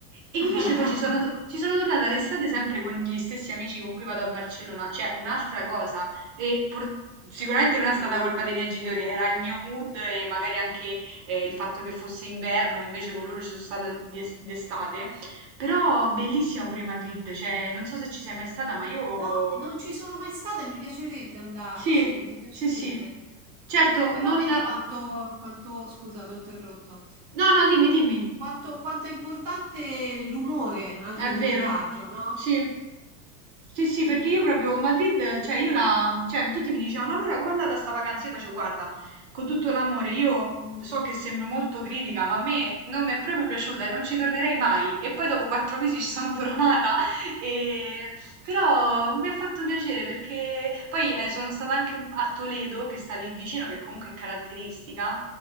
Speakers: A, on the right; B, on the right.
A: E invece
B: <laughs>
A: poi ci sono, to- ci sono tornata l'estate sempre con gli stessi amici con cui vado a Barcellona, cioè un'altra cosa. E por- sicuramente non è stata colpa dei miei genitori, era il mio mood e magari anche eh, il fatto che fosse inverno, invece con loro ci sono stata d'es- d'estate. Però bellissima pure Madrid, cioè non so se ci sei mai stata, ma io
B: No, non ci sono mai stata e mi piacerebbe andarci,
A: sì,
B: mi piacerebbe.
A: sì, sì. Certo,
B: Però
A: non
B: vedi
A: no,
B: quanto, quanto... Scusa, ti ho interrotto.
A: no, dimmi, dimmi.
B: Quanto, quanto è importante l'umore anche
A: È
B: nel
A: vero.
B: viaggio, no?
A: Sì. Sì, sì, perché io proprio Madrid, cioè io la, cioè tutti mi dicevano "No, allora com'è andata sta vacanza? Io facevo guarda, con tutto l'amore, io mh, so che sembro molto critica, ma a me non mi è proprio piaciuta e non ci tornerei mai. E poi dopo quattro mesi ci sono tornata, <laughs> e... però mi ha fatto piacere perché poi eh, sono stata anche un- a Toledo, che sta lì vicino, che comunque è caratteristica,